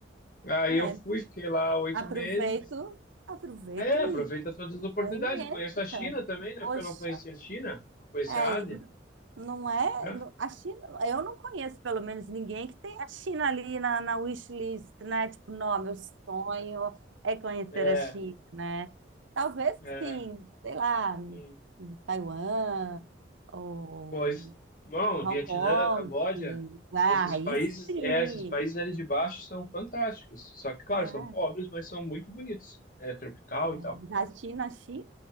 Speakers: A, on the left; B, on the right.
A: Aí
B: é.
A: eu fui, fiquei lá oito
B: Aproveito,
A: meses.
B: aproveito
A: É, aproveita
B: e
A: todas as oportunidades.
B: conheço,
A: Conheço a China
B: cara.
A: também, né?
B: Poxa,
A: Porque eu não conhecia a China, não conhecia
B: é,
A: a Ásia,
B: Não é?
A: né?
B: não- A China, eu não conheço pelo menos ninguém que tem a China ali na, na wishlist, né? Tipo, não, meu sonho é conhecer
A: É,
B: a China, né? Talvez
A: é.
B: sim, sei lá,
A: E,
B: Taiwan ou
A: pois, bom,
B: Hong
A: Vietnã,
B: Kong,
A: Camboja,
B: e- ah,
A: esses
B: aí
A: países,
B: sim,
A: é, esses países ali de baixo são fantásticos. Só que, claro,
B: né?
A: são pobres, mas são muito bonitos. É tropical
B: Mas
A: e tal.
B: A China, a China,